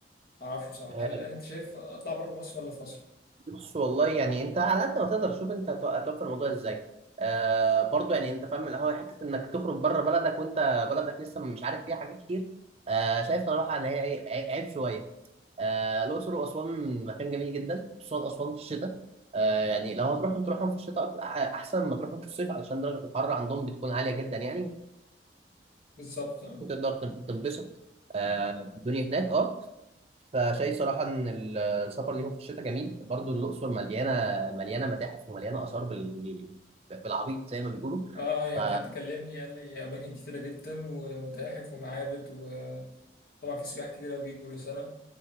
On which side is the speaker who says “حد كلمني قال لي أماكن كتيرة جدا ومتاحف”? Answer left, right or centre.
Left